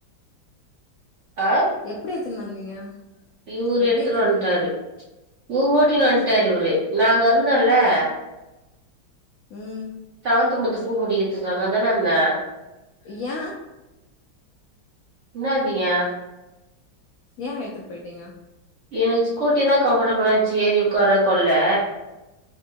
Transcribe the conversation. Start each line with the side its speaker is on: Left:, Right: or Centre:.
Right: ஆ
Left: எப்பிடி எத்துன் வந்தீங்க
Right: இவுரு
Left: எப்டி
Right: எடுத்துட்டு
Left: எத்துட்டு
Right: வன்ட்டாரு
Left: வந்தீங்க
Right: இவுரு ஓட்டினு வன்ட்டாரு இவுரு நாங்க அந்தோல்லே
Left: ம்
Right: ஆந்து முத்து ஃபூ முடிக்கத்துக்கு அங்க தானே இன்ந்தே
Left: ஏ
Right: இன்னாது ஏ
Left: ஏ எத்துட் போயிட்டீங்க
Right: எனக் ஸ்கூட்டிதா கம்ஃபர்ட்டபுள்ளா இன்ந்ச்சி ஏறி ஒக்கார கொள்ள